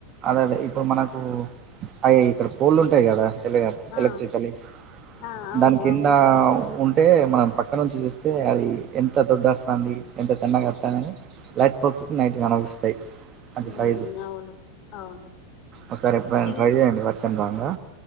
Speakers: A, on the right (about 30°); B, on the left (about 40°).
A: అదే అదే ఇప్పుడు మనకు అయ ఇక్కడ మనకు పోళ్ళు ఉంటయి కదా ఎల్గ
B: ఆ
A: ఎలక్ట్రికల్ యి
B: ఆ అవును
A: దాని కింద
B: అవును
A: ఉంటే మనం క్క నుంచి చేస్తే అది ఎంత దొడ్డు వస్తంది ఎంత సన్నగోస్థందని లైట్ ఫోక్స్కు నైట్ కనోస్తయి అంత
B: ఉమ్
A: సైజు
B: అవును అవును
A: ఒకసారి ఎప్పుడైనా
B: చిన్
A: ట్రై చేయండి వర్షంరంగా